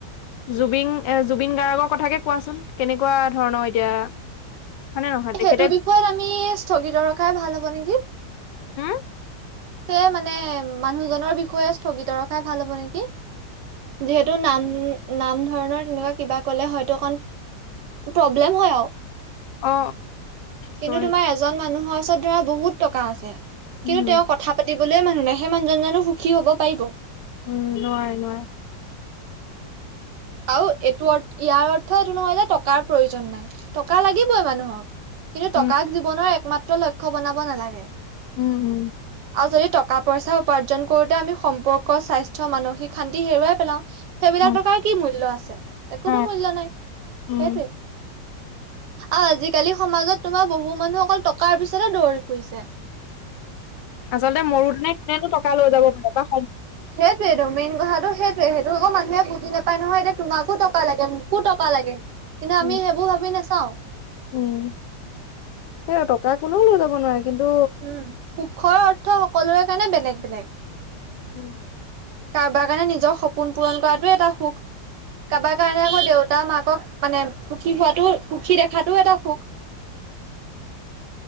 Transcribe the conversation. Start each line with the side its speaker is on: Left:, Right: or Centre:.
Left: জুবিন জুবিন গাৰ্গৰ কথাকে কোৱাচোন, কেনেকুৱা ধৰণৰ এতিয়া? হয়নে নহয় তেখেতে
Right: সেইটো আমি স্থগিত ৰখাই ভাল হ'ব নেকি
Left: হা
Right: সেয়ে মানে, মানুহজনৰ বিষয়ে স্থগিত ৰখাই ভাল হব নেকি যিহেতু, নাম নাম ধৰণৰ তেনেকুৱা কিবা কলে হয়তো অকণ প্ৰব্লেম হয় আৰু
Left: অ অ
Right: কিন্তু,
Left: চৰি
Right: তোমাৰ এজন মানুহৰ ওচৰত ধৰা বহুত টকা আছে কিন্তু
Left: উম
Right: তেওঁ কথা পাতিবলৈয়ে মানুহ নাই, সেই মুহজনো সুখী হ'ব পাৰিব
Left: উম, নোৱাৰে, নোৱ
Right: আৰু এইটো, অ ' ইয়াৰ অৰ্থ এইটো নহয় যে টকাৰ প্ৰয়োজন নাই টকা লাগিবই মানুহক কিন্তু, টকাক
Left: উম
Right: জীৱনৰ একমাত্ৰ লক্ষ্য বনাব নালাগে
Left: উম, উম,
Right: আৰু যদি টকা পইচা উপাৰ্জন কৰোতে, আমি সম্পৰ্ক স্বাস্থ্য মানসিক শান্তি হেৰুৱাই পেলাও সেইবিলাক
Left: উম
Right: টকাৰ কি মূল্য আছে একো
Left: হয়
Right: মূল্য নাই
Left: উম
Right: সেইটোৱে অ', আজিকালি সমাজত তোমাৰ বহু মানুহ অকল টকাৰ পিছতে দৌৰি ফুৰিছে
Left: আচল্তে মৰোতেনে কোনেনো টকা লৈ যাব পাৰে
Right: সেইটোৱয়েতটো, মেইন কথাটো সেইটোৱে সেইটো, আকৌ মানুহে বুজি নাপায় নহয় এ তোমাকো টকা লাগে মোকো টকা লাগে কিন্তু আমি
Left: উম
Right: সেইবোৰ ভাবি নাচাও
Left: উম, সেই টকা কোনেও লৈ যাব নোৱাৰে, কিন্তু
Right: উ, সুখৰ অৰ্থ সকলোৰে কাৰণে বেলেগ বেলেগ
Left: উম,
Right: কাৰোবাৰ কাৰণে, নিজৰ সপোন পূৰণ কৰাটোে এটা সুখ, কাৰোবাৰ কাৰণে আকৌ দেউতা মাকক মানে সুখী, হোৱাতো সুখী দেখাতটোও এটা সুখ